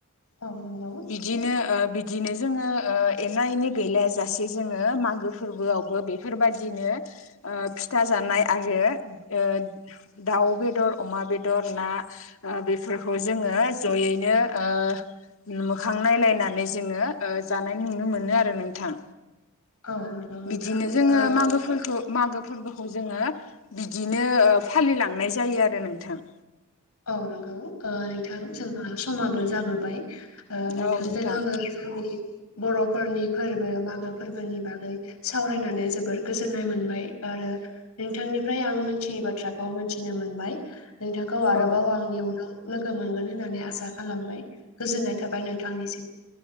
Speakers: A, on the left; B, on the left.
A: औ नंगौ।
B: बिदिनो ओ बिदिनो जोङो ओ एना एनि गैलायाजासे जोङो मागो फोरबोआवबो बे बेफोरबायदिनो ओ फिथा जानाय आरो ओ दाउ बेदर अमा बेदर ना ओ बेफोरखौ जोङो जयैनो ओ मोखां नायलायना नै जोङो ओ जानाय नुनो मोनो आरो नोंथां।
A: औ नंगौ नोंथां
B: बिदिनो जोङो
A: ओ
B: मागो फोरखौ मागो फोरबोखौ जोङो बिदिनो ओ फालिलांनाय जायो आरो नोंथां।
A: औ नंगौ ओ नोंथां जोंहा समाबो जाबोबाय ओ नोंथांजों
B: औ नोंथां
A: आङो जोंनि बर'फोरनि फोरबो मागो फोरबोनि बागै सावरायनानै जोबोर गोजोननाय मोनबाय आरो नोंथांनिफ्राय आं मोनथियै बाथ्राखौ मोनथिनो मोनबाय नोंथांखौ आरोबाव
B: औ
A: आं इयुनाव लोगो मोनगोन होननानै आसा खालामबाय गोजोननाय थाबाय नोंथांनिसिम।